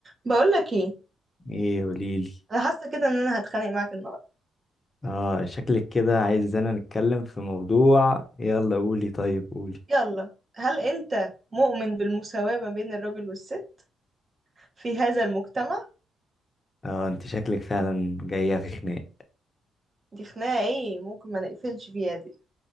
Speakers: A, on the right; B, on the left.
A: بقول لك ايه
B: ايه قوليلي
A: انا حاسه كده ان انا هتخانق معاك النهارده
B: اه شكلك كده عايزانا نتكلم في موضوع يلا قولي طيب قولي
A: يلا هل انت مؤمن بالمساواه ما بين الراجل والست في هذا المجتمع
B: اه انت شكلك فعلا جاية في خناق
A: دي خناقه ايه ممكن ما نقفلش فيها دي